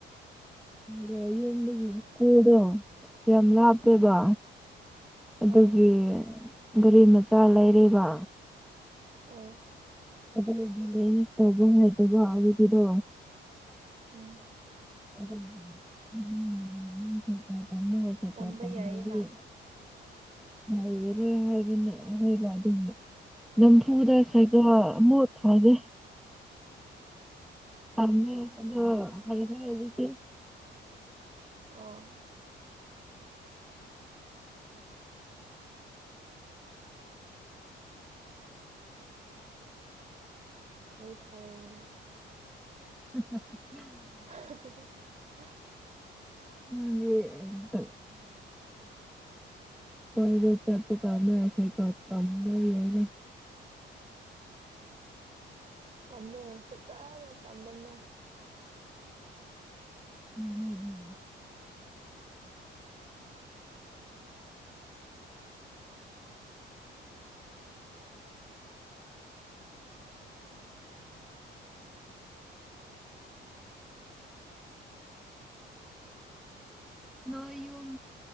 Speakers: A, in the centre; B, on the right (about 35°).
A: ꯗ ꯌ ꯀꯗꯣ ꯌꯥꯝ ꯂꯍꯥꯄꯦꯕ
B: ꯎꯝ
A: ꯑꯗꯨꯒꯤ
B: ꯑꯣ
A: ꯒꯥꯔꯤ ꯃꯆꯥ ꯂꯩꯔꯤꯕ
B: ꯑꯣ
A: ꯑꯗꯨꯅꯦ ꯇꯧꯕ ꯍꯥꯏꯗꯕ ꯑꯗꯨꯒꯤꯗꯣ
B: ꯎꯝ
A: <unintelligible> ꯀꯃ ꯍꯣ
B: ꯇꯝꯕ
A: ꯑ ꯇꯝꯕꯗꯤ
B: ꯌꯥꯏꯌꯦꯅ
A: ꯉꯩꯔ ꯍꯥꯏꯕꯟꯅ ꯍꯣꯏꯕ ꯑꯗꯨꯦ ꯅꯝꯐꯨꯗ ꯁꯥꯏꯒ ꯑꯃꯣꯠ ꯊꯥꯒꯦ ꯑꯃꯦ ꯑꯗꯣ ꯍꯗ ꯑꯦꯇ
B: ꯑꯣ ꯌꯥꯏ ꯐꯔꯦ
A: <unintelligible>
B: <unintelligible>
A: <unintelligible> ꯀꯗ ꯆꯄ ꯀ ꯑꯦꯁꯦ ꯀꯃꯅꯅ
B: ꯇꯝꯃꯦ ꯐꯖꯅ ꯇꯝꯝꯕꯅꯦ
A: ꯎꯝ ꯍ ꯃꯌꯨꯝ